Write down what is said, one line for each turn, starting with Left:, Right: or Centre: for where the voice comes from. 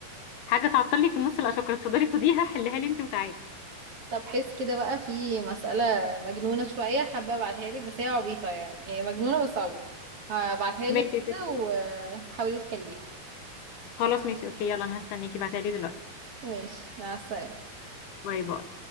Left: حاجه تعطلني في النص لا شكرا اتفضلي خديها حلها لي انت وتعالي
Right: <laughs> طب حس كده بقى في مسألة مجنونة شوية حابة ابعتها لك بس هي عبيطة يعني هي مجنونة بس عبيطة هبعتها
Left: ماشي
Right: لك
Left: يا
Right: كده
Left: ستي
Right: وحاولي تحليها
Left: خلاص ماشي اوكي يلا انا هستنيكي بعتها لي دلوقتي
Right: ماشي مع السلامة
Left: باي باي